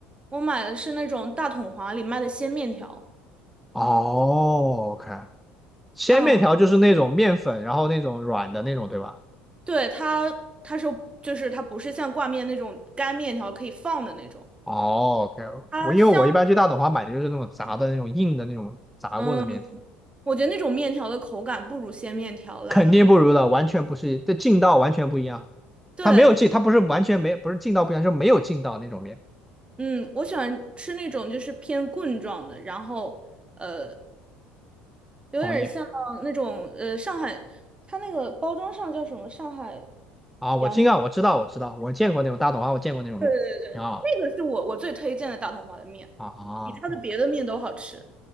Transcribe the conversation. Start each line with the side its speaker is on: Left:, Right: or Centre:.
Right: 我买的是那种大统华里卖的鲜面条。
Centre: 哦，OK，鲜面条就是那种面粉，
Right: 嗯，
Centre: 然后那种软的那种，对吧？
Right: 对，它它是就是它不是像挂面那种干面条可以放的那种，
Centre: 哦，OK，
Right: 它香。
Centre: 我因为我一般去大董华买的就是那种炸的那种硬的那种炸过的面条，
Right: 嗯，我觉得那种面条的口感不如鲜面条来的好。
Centre: 肯定不如的，完全不是，这劲道完全不一样。
Right: 对，
Centre: 它没有劲，它不是完全没，不是劲道不一样，是没有劲道那种面。
Right: 嗯，我喜欢吃那种就是偏棍状的，然后呃，有点像那种呃上海，
Centre: 同意
Right: 它那个包装上叫什么？上海
Centre: 啊，我劲量，
Right: 洋春，
Centre: 我知道我知道，我见过那种大董华，我见过那种面条，
Right: 对对对，
Centre: 挺好的
Right: 那个是我我最推荐的大同华的面，
Centre: 啊，OK，
Right: 比它的别的面都好吃。